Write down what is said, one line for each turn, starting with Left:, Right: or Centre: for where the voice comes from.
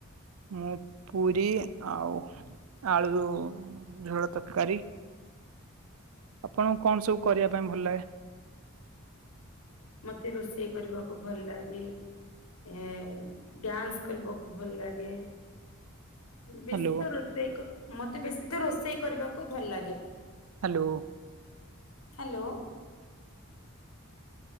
Right: ମୁଁ ପୁରୀ ଆଉ ଆଲୁ ଝୋଳ ତରକାରୀ। ଆପଣଙ୍କୁ କଣ ସବୁ କରିବା ପାଇଁ ଭଲ ଲାଗେ?
Left: ମତେ ରୋଷେଇ କରିବାକୁ ଭଲ ଲାଗେ। ଏ ଡ୍ୟାନ୍ସ କରିବାକୁ ଭଲ ଲାଗେ। ବେଶୀ
Right: ହ୍ୟାଲୋ
Left: ତ ରୋଷେଇ ମତେ ବେଶୀ ତ ରୋଷେଇ କରିବାକୁ ଭଲ ଲାଗେ।
Right: ହାଲୋ।
Left: ହାଲୋ।